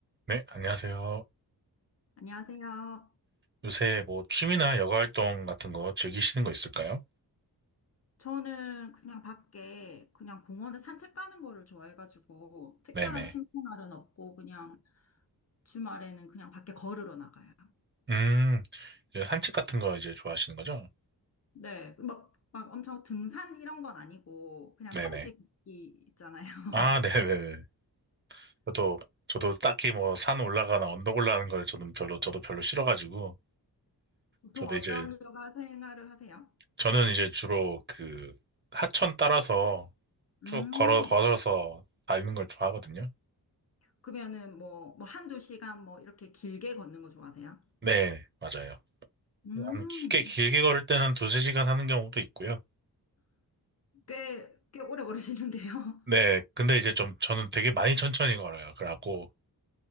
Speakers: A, on the right; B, on the left.
A: 네, 안녕하세요.
B: 안녕하세요.
A: 요새 뭐 취미나 여가 활동 같은 거 즐기시는 거 있을까요?
B: 저는 그냥 밖에 그냥 공원에 산책 가는 거를 좋아해가지고 특별한
A: 네네.
B: 취미 날은 없고 그냥 주말에는 그냥 밖에 걸으러 나가요.
A: 음, 이제 산책 같은 거 이제 좋아하시는 거죠?
B: 네, 막, 막 엄청 등산 이런 건 아니고 그냥
A: 네네.
B: 평지 걷기 있잖아요. <laughs>
A: 아, <laughs> 네네네. 저도, 저도 딱히 뭐 산 올라가나 언덕 올라가는 걸 저는 별로, 저도 별로 싫어가지고,
B: 보통
A: 저도
B: 어떤
A: 이제,
B: 여가 생활을 하세요?
A: 저는 이제 주로 그 하천 따라서
B: 음,
A: 쭉 걸어, 걸어서 다니는 걸 좋아하거든요.
B: 그러면은 뭐, 뭐 한두 시간 뭐 이렇게 길게 걷는 거 좋아하세요?
A: 네, 맞아요.
B: 음,
A: 한 길게, 길게 걸을 때는 한 두세 시간 하는 경우도 있고요.
B: 꽤, 꽤 오래 걸으시는데요. <laughs>
A: 네, 근데 이제 좀 저는 되게 많이 천천히 걸어요. 그래갖고